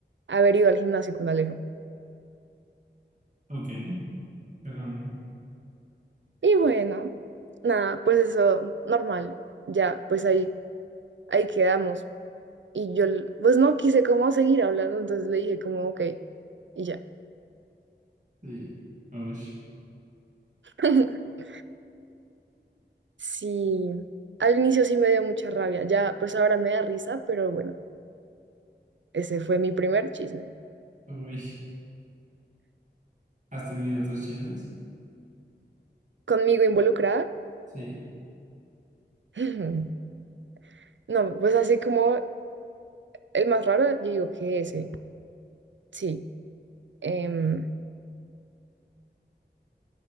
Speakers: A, on the right; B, on the right.
A: haber ido al gimnasio con Alejo.
B: ok. Qué random.
A: Y bueno, nada, pues eso, normal, ya, pues ahí, ahí quedamos. Y yo, l- pues no quise como seguir hablando, entonces le dije como, ok, y ya.
B: Sí. Uy,
A: <laughs> Sí, al inicio sí me dio mucha rabia, ya, pues ahora me da risa, pero bueno. Ese fue mi primer chisme.
B: uy. ¿Has tenido otros chismes?
A: Conmigo involucrada.
B: Sí,
A: <laughs> No, pues así como el más raro, yo digo que ese, sí. Em,